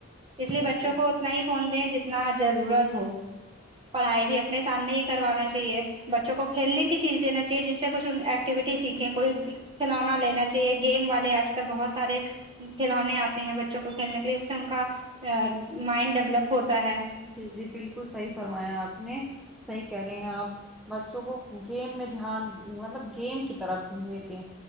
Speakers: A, on the right (about 25°); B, in the centre.
A: اس لیے بچوں
B: جی
A: کو اتنا ہی فون دیں جتنا ضرورت ہو پڑھائی بھی اپنے سامنے ہی کروانا چاہے بچوں کو کھیلنے کی چیز دینا چاہیے جس سے کچھ ایکٹیویٹی سیکھیں کوئی کھلونا لینا چاہیے گیم والے آج کل بہت سارے کھلونے آتے ہیں بچوں کو کھیلنے کے لیے اس سے ان کا مائنڈ ڈیولپ ہوتا ہے
B: جی جی بالکل صحیح فرمایا آپ نے صحیح کہہ رہے ہیں آپ بچوں کو گیم میں دھیان مطلب گیم کی طرف بھی ہوئے کے